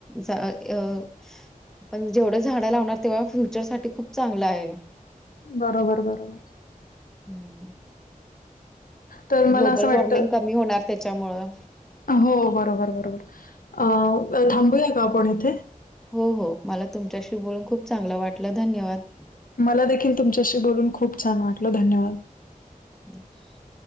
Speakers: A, in the centre; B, on the left (about 75°).
A: अ <unintelligible> पण जेवढं झाडं लावणार, तेव्हा फ्युचरसाठी खूप चांगलं आहे.
B: बरोबर, बरोबर,
A: हम्म,
B: तर मला
A: ग्लोबल
B: असं वाटतं
A: वॉर्मिंग, कमी होणार त्याच्यामुळं,
B: हो बरोबर, बरोबर, अ थांबूया का आपण इथे,
A: हो, हो, मला तुमच्याशी बोलून, खूप चांगलं वाटलं, धन्यवाद!
B: मला देखील तुमच्याशी, बोलून खूप छान वाटलं, धन्यवाद!
A: <unintelligible>